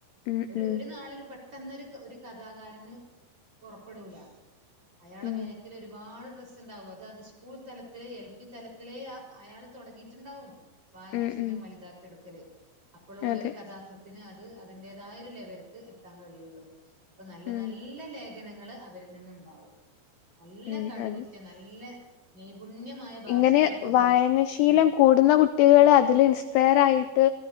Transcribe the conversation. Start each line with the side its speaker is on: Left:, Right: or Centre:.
Left: ഉം
Right: ഒരു
Left: ഉം
Right: ഒരു നാളിൽ പെട്ടെന്ന് ഒരു ഒരു കഥാകാരന് പുറപ്പെടൂല അയാള
Left: ഉം
Right: ബേക്കിൽ ഒരുപാട് റസ് ത്ത്ണ്ടാവും അത അത് സ്കൂൾ തലത്തിലെ എൽ പി തലത്തിലെ ആ അയാൾ തുടങ്ങിയിട്ടുണ്ടാവും വായനാശീലം
Left: ഉം ഉം
Right: വലുതാക്കി എടുക്കല് അപ്പോഴുള്ളൊരു
Left: അതെ
Right: കഥാകൃത് ന് അത് അതിന്റേതായ ഒരു ലെവൽക്ക് എത്താൻ കഴിയുള്ളൂ അപ്പൊ നല്ല
Left: ഉം
Right: നല്ല നല്ല ലേഖനങ്ങള് അവരിൽ നിന്നുണ്ടാവും നല്ല
Left: ഉം
Right: കഴിവുറ്റ
Left: അതെ
Right: നല്ല നൈപുണ്യമായ ഭാഷകളൊക്കെ
Left: ഇങ്ങനെ
Right: ഉപയോഗിച്ചിട്ട്
Left: വായനശീലം
Right: ഉം
Left: കൂടുന്ന കുട്ടികള് അതില് ഇൻസ്പയർ ആയിട്ട്